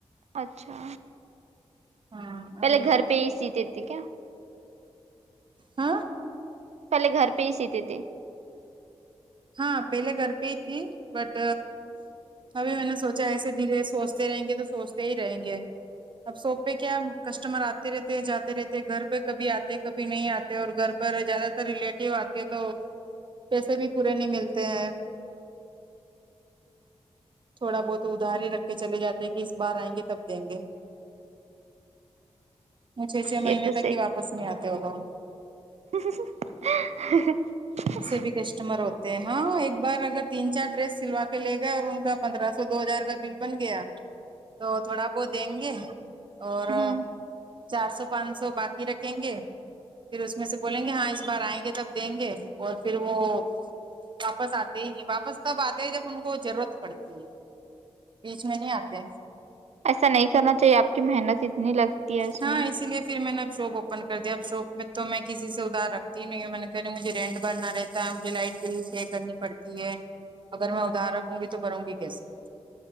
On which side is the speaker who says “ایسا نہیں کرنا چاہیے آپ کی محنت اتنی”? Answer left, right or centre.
Right